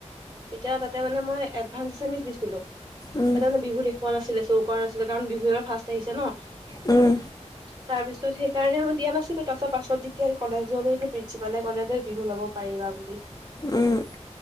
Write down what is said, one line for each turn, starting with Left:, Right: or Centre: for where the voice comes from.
Right: তেতিয়া তাতে মানে মই এডভানস এছমিছ দিছিলো
Left: উম
Right: তাতে মানে বিহু দেখুওা নাছিলে চৌকা নাছিলে কাৰণ বিহু এবাৰ ফাৰ্ষ্ট আহিছে ন
Left: উম
Right: তাৰ পিছত সেইকাৰণে মই দিয়া নাছিলো তাৰ পছত পাছত যেতিয়া কলেজ ললো প্ৰিন্ঞ্চিপালে কলে বিহু ল'ব পাৰিবা বুলি
Left: উম